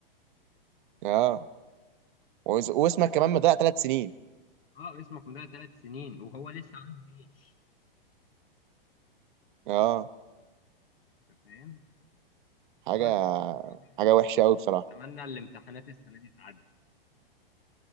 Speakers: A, on the right (about 55°); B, on the left (about 75°).
A: اه وز- واسمك
B: بس
A: كمان مضيع ثلاث سنين
B: اه اسمك مضيع ثلاث سنين وهو لسه عنده جيش
A: اه
B: انت فاهم
A: حاجة
B: لا بس انا بصراحه يعني
A: حاجة وحشة قوي بصراحة
B: اتمنى الامتحانات السنه دي تعدي